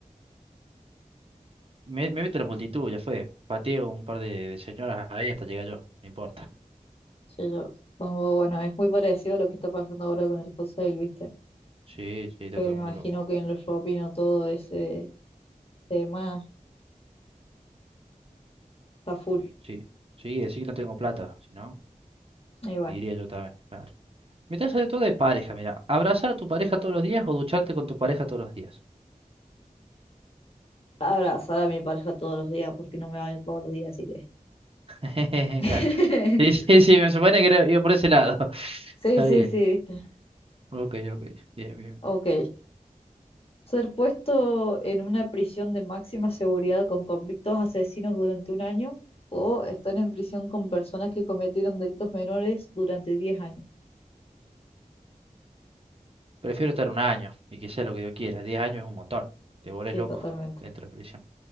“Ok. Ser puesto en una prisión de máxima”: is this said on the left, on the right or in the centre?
Left